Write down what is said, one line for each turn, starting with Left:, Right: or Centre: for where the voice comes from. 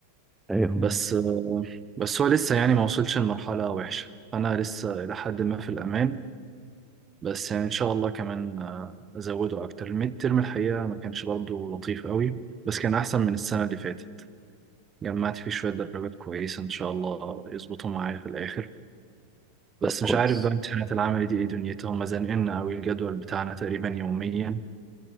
Centre: ايوه مم.
Right: بس آه، بس هو لسه يعني ما وصلش لمرحلة وحشة أنا لسه إلى حد ما في الأمان بس يعني ان شاء الله كمان آه، ازوده اكتر الميد ترم الحقيقه ما كانش برضه لطيف قوي بس كان احسن من السنه اللي فاتت جمعت فيه شويه درجات كويسه ان شاء الله يظبطوا معايا في الاخر بس
Centre: طب كويس
Right: مش عارف بقى امتحانات العمل دي ايه دنيتها هم زنقلنا قوي الجدول بتاعنا تقريبا يوميا